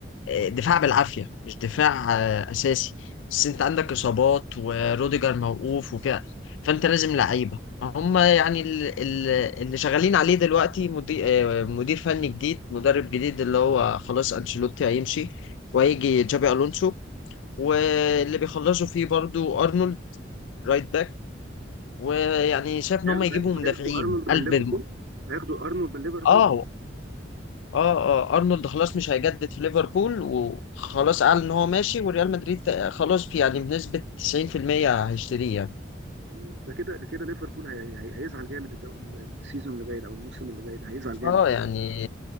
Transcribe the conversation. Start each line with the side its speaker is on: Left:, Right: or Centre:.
Left: آه، دفاع بالعافية مش دفاع آه، أساسي بس أنت عندك إصابات وروديجر موقوف وكده فأنت لازم لعيبة هم يعني ال- ال- اللي شغالين عليه دلوقتي مدير آه، مدير فني جديد مدرب جديد اللي هو خلاص أنشيلوتي هيمشي وهيجي جابي ألونسو واللي بيخلصوا فيه برضو أرنولد رايت باك ويعني شايف ان
Right: هياخدوا
Left: هم يجيبوا
Right: هياخدوا-
Left: مدافعين
Right: هياخدوا ارنولد من
Left: قلب
Right: ليفربول
Left: الم...
Right: هياخدوا ارنولد من ليفربول
Left: اه هو- اه اه ارنولد خلاص مش هيجدد في ليفربول وخلاص اعلن ان هو ماشي وريال مدريد تق- خلاص في يعني بنسبة 90% هيشتريه يعني
Right: مم، ده كده ده كده ليفربول هي- هي- هيزعل جامد الدو- السيزون اللي جاي ده او الموسم اللي جاي ده هيزعل جامد
Left: اه يعني